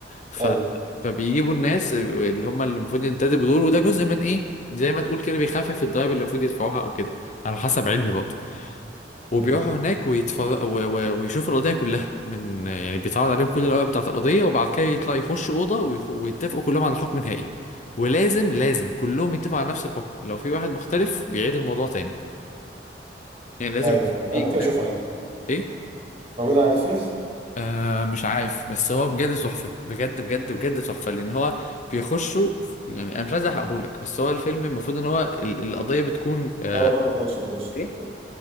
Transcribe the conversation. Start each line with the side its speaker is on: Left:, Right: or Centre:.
Left: ف...
Right: ايوه
Left: فبيجيبوا الناس اللي هم اللي المفروض ينتدبوا دول وده جزء من ايه زي ما تقول كده بيخفف الضرايب اللي المفروض يدفعوها او كده على حسب علمي برضه وبيروحوا
Right: مم.
Left: هناك ويتفر... و... و... ويشوفوا القضية كلها من يعني بيتعرض عليهم كل الأوراق بتاعة القضية وبعد كده يطلع يخش أوضة ويخ... ويتفقوا كلهم على حكم نهائي ولازم لازم كلهم يتفقوا على نفس الحكم لو في واحد مختلف بيعيد الموضوع تاني يعني لازم
Right: ايوه
Left: يكون
Right: فهمت انا
Left: في
Right: ممكن
Left: إجماع
Right: اشوفه عادي
Left: إيه؟
Right: موجود على نتفليكس
Left: آه مش عارف بس هو بجد تحفة بجد بجد بجد تحفة لأن هو بيخشوا يعني أنا مش عايز أحرقهولك بس هو الفيلم المفروض إن هو ال- القضية بتكون آه
Right: خلاص ما تقولش ما تقولش
Left: إيه؟
Right: ما